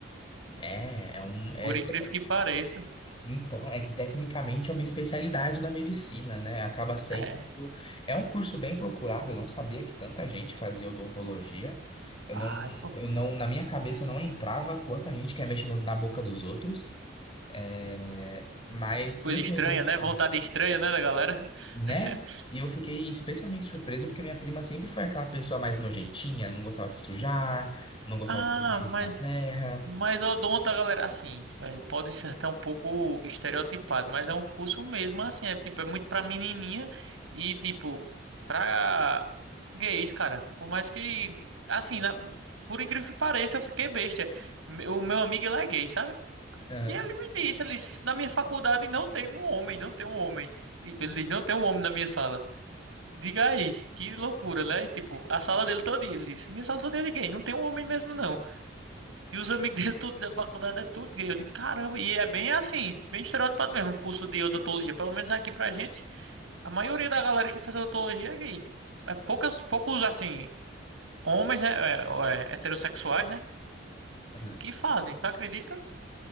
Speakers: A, on the left; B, on the right.
A: É, é um. É,
B: Por
A: é-
B: incrível que pareça.
A: então, é que tecnicamente é uma especialidade da medicina, né? Acaba sendo.
B: É,
A: É um curso bem procurado, eu não sabia que tanta gente fazia odontologia. Eu
B: faz,
A: não,
B: pô.
A: eu não, na minha cabeça não entrava quanta gente quer mexer no- na boca dos outros. É, mas
B: Coisa
A: surpreendente.
B: estranha, né? Vontade estranha, né, da galera?
A: Né?
B: <laughs>
A: E eu fiquei especialmente surpreso porque minha prima sempre foi aquela pessoa mais nojentinha, não gostava de se sujar, não gostava
B: Ah,
A: de colocar
B: mas
A: a mão na terra.
B: Mas odonto, a galera, assim, velho, pode ser até um pouco estereotipado, mas é um curso mesmo, assim, é tipo, é muito pra menininha e tipo, pra gays, cara. Por mais que, assim, na- por incrível que pareça, eu fiquei besta. Me- O meu amigo, ele é gay, sabe?
A: Aham,
B: E ele me disse, ele disse, na minha faculdade não tem um homem, não tem um homem. Tipo, ele diz, não tem um homem na minha sala. Diga aí, que loucura, né? E, tipo, a sala dele todo dia, ele disse, minha sala toda é de gay, não tem um homem mesmo, não. E os amigos dele, tudo da faculdade, é tudo gay. Eu digo, caramba, e é bem assim, bem estereotipado mesmo, o curso de odontologia. Pelo menos aqui pra gente, a maioria da galera que faz odontologia é gay. É poucas, poucos, assim, homens, né, é, é, heterossexuais, né,
A: aham.
B: que fazem, tu acredita?